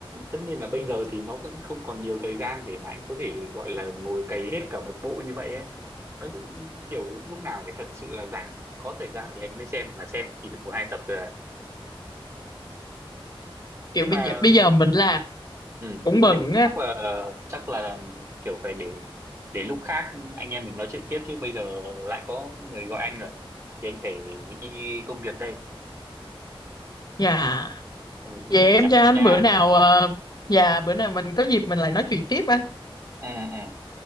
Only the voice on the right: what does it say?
tất nhiên là bây giờ thì nó vẫn không còn nhiều thời gian để mà anh có thể gọi là ngồi cày hết cả một bộ như vậy ấy nói chung, kiểu lúc nào phải thật sự là rảnh có thời gian thì anh mới xem mà xem chỉ được một hai tập rồi à
nhưng
mà
ừ.
nhưng mà
chắc là chắc là kiểu phải để để lúc khác anh em mình nói chuyện tiếp chứ bây giờ lại có người gọi anh rồi thì anh phải đi công việc đây
ừ, ừ.
chào
em
nha
ừ, ừ.